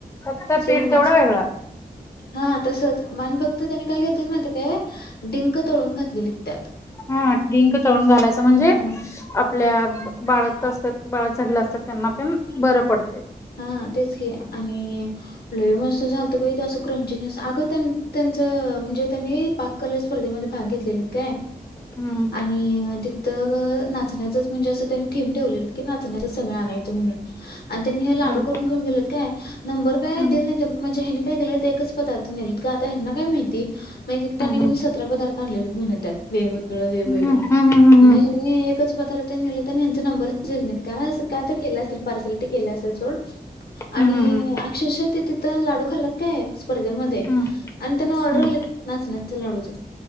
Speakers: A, on the left; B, on the left.
A: फक्त
B: सेमच
A: पीठ तेवढं वेगळं.
B: हा तसच फक्त त्याने काय केलं माहिती काय डिंक तळून घातलेली त्यात
A: हा िंक तळून घालायच म्हणजे
B: हा
A: आपल्या बाळत असतात बाळत झालेलं असतात त्यांना पण बरं पडतं.
B: हा तेच कि आणि लई मस्त झालथ बाई ते असं क्रंचीनेस अगं त्यां त्यांच म्हणजे त्यांनी पाक कल स्पर्धेमध्ये भाग घेतलेले आहेत काय
A: हम्म
B: आणि तिथ ना नाचण्याचं असं त्यांनी थीम ठेवली आहे की नाचण्याच सगळं आणायचं म्हणून आण त्यांनी हे लाडू
A: हम्म
B: करून घेऊन गेलेत काय नंबर काय
A: हम्म
B: दिल नही तर म्हणजे काय केलं ते एकच पदार्थ नेलेत ग आता ह्यांना काय माहिती मग एकट्याने
A: हम्म
B: कि नाही सतरा पदार्थ म्हणलेलंच म्हण त्यात वेगवेगळ वेगवेगळ
A: हम्म हम्म हम्म
B: मय मी एकच पदार्थ नेलता. यांचा नंबरच झाल नाही. अस का केलं असेल पार्सल ते केल असेल सोड
A: हम्म
B: आणि अक्षरशः ते तिथ लाडू खाल्लात काय स्पर्धेमध्ये
A: हम्म
B: आणि त्यांना ऑर्डर
A: हम्म
B: आलेत नाचण्याच्या लाडूचे.